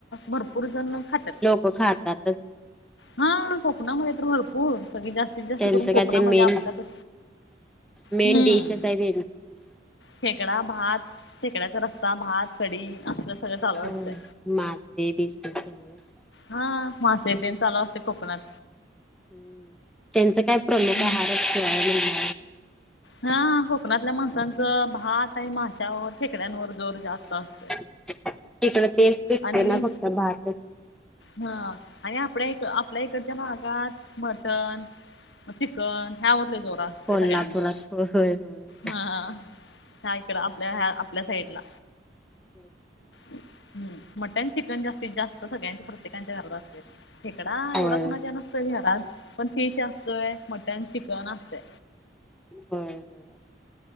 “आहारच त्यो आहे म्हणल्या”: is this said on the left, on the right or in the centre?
Centre